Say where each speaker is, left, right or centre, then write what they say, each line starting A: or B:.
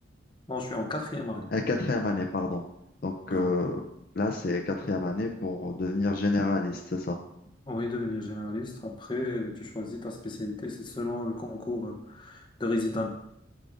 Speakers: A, on the left; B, on the left.
A: Non, je suis en quatrième année.
B: Euh, quatrième année, pardon. Donc,
A: Ah
B: euh,
A: ouais.
B: là, c'est quatrième année pour devenir généraliste, c'est ça?
A: Oui, devenir généraliste. Après, tu choisis ta spécialité, c'est selon le concours de résident.